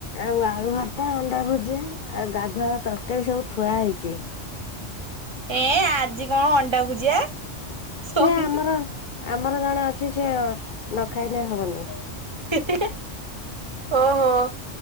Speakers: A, on the left (about 60°); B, on the right (about 30°).
A: ଆଉ ଆଳୁ ଭର୍ତା ଅଣ୍ଡା ଭୁଜିଆ ଆଉ ଗାଧୁଆଳ ତରକାରୀ ସବୁ ଥୁଆ ହେଇଛି
B: ଏ ଆଜି କଣ ଅଣ୍ଡା ଭୁଜିଆ ସନି
A: ସେ ଆମର ଆମର ଜଣେ ଅଛି ସେ ନଖାଇନେ ହବନି
B: ହିଁ ହିଁ ହେଁ ଓହୋ